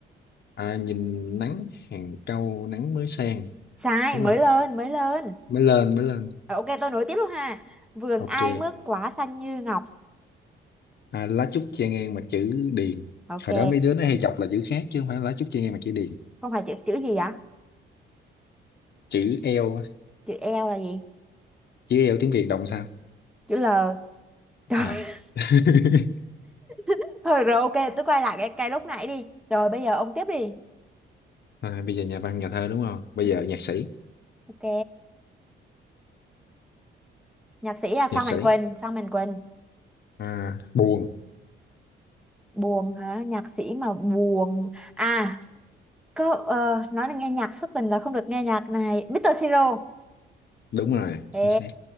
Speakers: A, on the left; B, in the centre.
A: à, nhìn nắng hàng cau nắng mới sang
B: Sai,
A: đúng
B: mới
A: không
B: lên, mới lên.
A: mới lên mới lên
B: Rồi, ok, tôi nối tiếp luôn ha. Vườn
A: ok
B: ai mướt quả xanh như ngọc.
A: à, lá trúc che ngang mặt chữ điền
B: Ok,
A: hồi đó mấy đứa nó hay chọc là chữ khác chứ không phải lá trúc che ngang mặt chữ điền
B: không phải chữ chữ gì vậy?
A: chữ L
B: Chữ L là gì?
A: chứ yêu tiếng Việt động sao
B: Chữ L. Trời,
A: à. <laughs>
B: <laughs> thôi rồi ok, tôi quay lại cái, cái lúc nãy đi. Rồi bây giờ ông tiếp đi.
A: à bây giờ nhà văn nhà thơ đúng không bây
B: Ừ.
A: giờ nhạc sĩ
B: Ok, nhạc sĩ là
A: nhạc
B: Phan
A: sĩ
B: Mạnh Quỳnh, Phan Mạnh Quỳnh.
A: à, buồn
B: Buồn hả? Nhạc sĩ mà buồn. À, có ờ, nói là nghe nhạc thất tình là không được nghe nhạc này. Mr. Siro.
A: đúng rồi
B: Ê,
A: chính xác